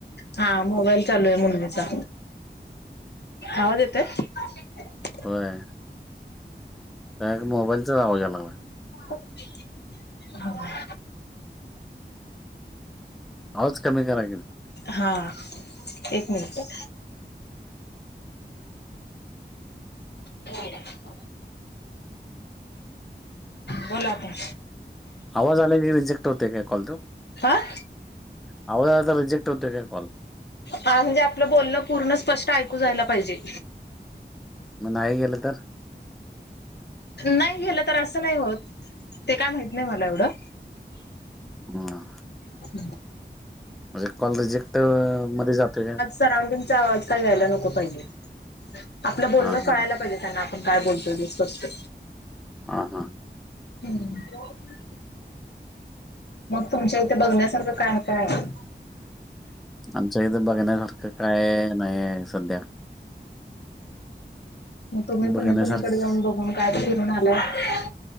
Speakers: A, on the left; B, in the centre.
A: हा मोबाईल चालू आहे मुलगीचा, आवाज येतय? <unintelligible>
B: होय. डायरेक्ट मोबाईलच आवाज याय लागलाय.
A: <unintelligible> हा.
B: आवाज कमी करा की.
A: हा, एक मिनिट. हो. बोला आता.
B: आवाज आला की रिजेक्ट होते काय कॉल तो?
A: हां
B: हांव नं आंता रिजेक्टं होतं कां कॉल
A: हं म्हणजे आपलं बोलणं पूर्ण स्पष्टं ऐकूं जायंला पाहिजे
B: मंग नाहीं गेलं तरं
A: नाहीं गेलं तरं असं नाहीं होतं ते कायं माहीत नाहीं मलां एवढं
B: हां
A: हम्मं
B: म्हणजे कॉल रिजेक्ट मध्यें जातोय कां
A: सराऊंडिंगचा आंवाज कायं व्यांयला नको पाहिजे आपलं बोलणं
B: हां, हां,
A: कळायंला पाहिजे त्यांना आपणं कायं बोलतो ते स्पष्टं
B: हां हां
A: हम्मं मंग तुमच्यां इंथे बघण्यांसारखं कायं कायं आहे
B: आमचं इथं बघण्यांसारखं कायं नाहीं आहे संध्या
A: मंग तुम्हीं
B: बघण्यासारखं
A: कुणी कुणीकडे घेऊन बघूंन कायं फिरूंन आलाय